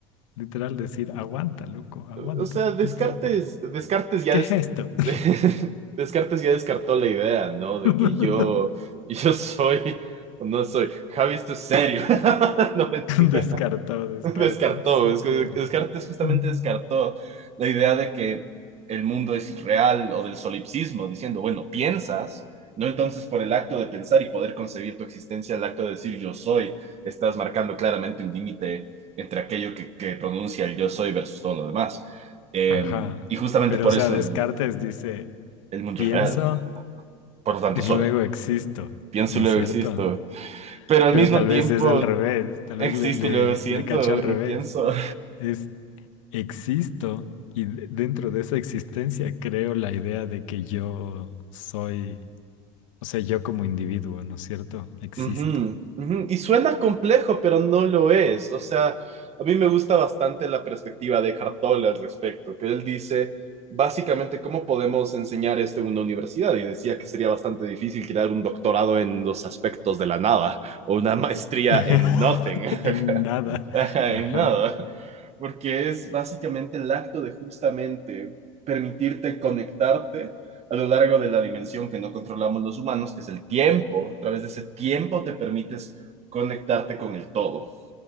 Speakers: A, on the left; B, on the right.
A: literal decir, aguanta, loco, aguanta,
B: O sea, Descartes,
A: tipo,
B: Descartes ya
A: ¿qué
B: des-
A: es esto?
B: <laughs> Descartes ya descartó la idea, ¿no? De
A: <laughs>
B: que yo, <laughs> yo soy o no soy. Javi, esto es serio. <laughs> No mentira.
A: Descartado, Descartes.
B: <laughs> Descartó,
A: ok.
B: es que Descartes justamente
A: Mm.
B: descartó la idea de que el mundo es real o del solipsismo, diciendo, bueno, piensas, no entonces por el acto de pensar y poder concebir tu existencia, el acto de decir yo soy, estás marcando claramente un límite entre aquello que, que pronuncia el yo soy versus todo lo demás. Eh,
A: Ajá.
B: y justamente
A: Pero,
B: por
A: o sea,
B: eso
A: Descartes
B: el,
A: dice,
B: el mundo
A: pienso
B: es real, por lo tanto
A: y luego
B: soy,
A: existo,
B: pienso
A: ¿no
B: y luego
A: es cierto?
B: existo, pero al
A: Pero
B: mismo
A: tal
B: tiempo
A: vez es al revés, tal
B: existo
A: vez le, le,
B: y luego siento
A: le cachó al revés.
B: y pienso.
A: es existo y de- dentro de esa existencia creo la idea de que yo soy, o sea, yo como individuo, ¿no es cierto? Existo.
B: Ujú, ujú. Y suena complejo, pero no lo es. O sea, a mí me gusta bastante la perspectiva de Hartol al respecto, que él dice básicamente cómo podemos enseñar esto en una universidad. Y decía que sería bastante difícil crear un doctorado en los aspectos de la nada o una maestría
A: <laughs>
B: en nothing. <laughs>
A: En nada.
B: <laughs> Ajá,
A: Ajá,
B: en nada, porque es básicamente el acto de justamente permitirte conectarte a lo largo de la dimensión que no controlamos los humanos, que es el tiempo. A través de ese tiempo te permites conectarte con el todo.